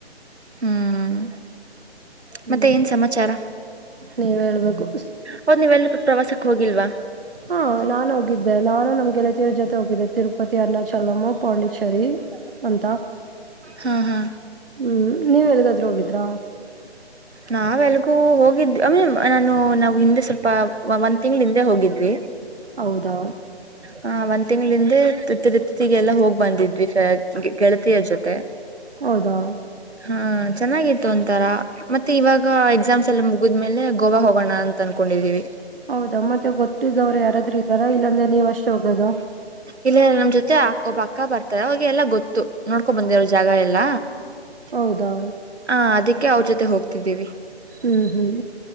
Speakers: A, on the right; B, on the right.
A: ಹ್ಮ್
B: ಹ್ಮ್
A: ಮತ್ತೆ ಏನ್ ಸಮಾಚಾರ.
B: ನೀವ್ ಹೇಳ್ಬೇಕು
A: ಹದ ನೀವೆಲ್ಲು ಪ್ರವಾಸಕ್ಕೆ ಹೋಗಿಲ್ವಾ.
B: ಹಾ ನಾನು ಹೋಗಿದ್ದೆ ನಾನು ನಮ್ ಗೆಳತರ ಜೊತೆ ಹೋಗಿದ್ದೆ ತಿರುಪತಿ ಅರುಣಾಚಲಂ ಪಾಂಡಿಚೇರಿ. ಅಂತ
A: ಹಾ ಹಾ
B: ಹ್ಮ್ ನೀವ್ ಎಲ್ಗಾದ್ರೂ ಹೋಗಿದ್ರ.
A: ನಾವೆಲ್ಗೂ ಹೋಗಿದ್ವಿ ನಾನು ನಾವು ಹಿಂದೆ ಸ್ವಲ್ಪ ಒಂದ್ ತಿಂಗ್ಳ ಹಿಂದೆ ಹೋಗಿದ್ವಿ.
B: ಹೌದಾ
A: ಹ ಒಂದ್ ತಿಂಗಳ ಹಿಂದೆ ತಿ ತಿರು ತಿಗೆಲ್ಲ ಹೋಗ್ ಬಂದಿದ್ವಿ ಫೆ ಗೆಳತಿಯರ ಜೊತೆ.
B: ಹೌದಾ
A: ಹಾ ಚೆನ್ನಾಗಿತ್ತು ಒಂತರಾ ಮತ್ತೆ ಇವಾಗ ಎಕ್ಸಾಮ್ಸ್ ಎಲ್ಲ ಮುಗಿದ್ಮೇಲೆ ಗೋವಾ ಹೋಗೋಣ ಅಂತ ಅನ್ಕೊಂಡಿದೀವಿ
B: ಹೌದಾ ಮತ್ತೆ ಗೊತ್ತಿದ್ದವರು ಯಾರಾದ್ರೂ ಇದ್ದಾರ ಇಲ್ಲಾಂದ್ರೆ ನೀವ್ ಅಷ್ಟೇ ಹೋಗೋದು.
A: ಇಲ್ಲಿ ನಮ್ ಜೊತೆ ಒಬ್ಬ ಅಕ್ಕ ಬರ್ತಾರೆ ಅವಾಗ ಎಲ್ಲಾ ಗೊತ್ತ ತು ನೋಡ್ಕೊಂಬಂದೆ ಅವರ ಜಾಗ ಎಲ್ಲ.
B: ಹೌದಾ
A: ಹಾ ಅದಿಕ್ಕೆ ಅವ್ರ ಜೊತೆ ಹೋಗ್ತಿದ್ದೀವಿ.
B: ಹ್ಮ್ ಹ್ಮ್